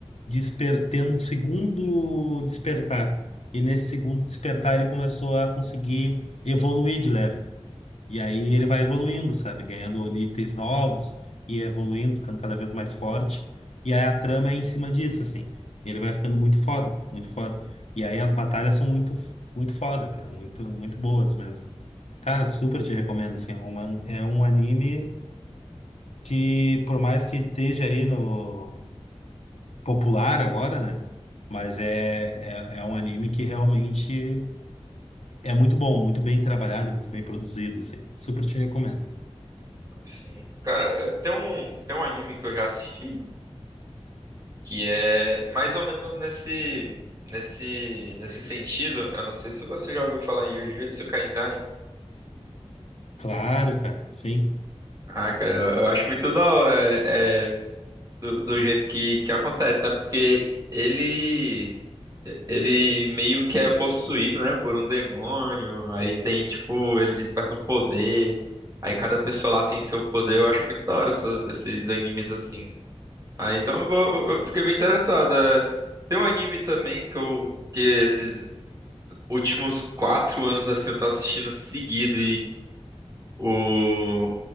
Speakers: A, on the left; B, on the right.
A: desper- tendo um segundo despertar. E nesse segundo despertar, ele começou a conseguir evoluir de level. E aí ele vai evoluindo, sabe? Ganhando itens novos e evoluindo, ficando cada vez mais forte. E aí a trama é em cima disso, assim. Ele vai ficando muito foda, muito foda. E aí as batalhas são muito, muito foda, cara. Muito, muito boas mesmo. Cara, super te recomendo, assim. É uma, é um anime que, por mais que esteja aí no popular agora, né? Mas é, é, é um anime que realmente é muito bom, muito bem trabalhado, muito bem produzido, assim. Super te recomendo.
B: Ah, Sim. Cara, é, tem um tem um anime que eu já assisti que é mais ou menos nesse nesse nesse sentido. Eu não sei se você já ouviu falar em Jujutsu Kaisen.
A: Claro, cara, sim.
B: Ah, cara, eu, eu acho muito da hora é, é, do, do jeito que, que acontece, né? Porque ele ele meio que é possuído, né, por um demônio. Aí tem, tipo, ele desperta um poder. Aí cada pessoa lá tem seu poder. Eu acho muito da hora essas- esses animes assim. Ah, então eu, vou, eu fiquei bem interessado. É, Tem um anime também que eu que esses últimos quatro anos assim eu tô assistindo seguido o,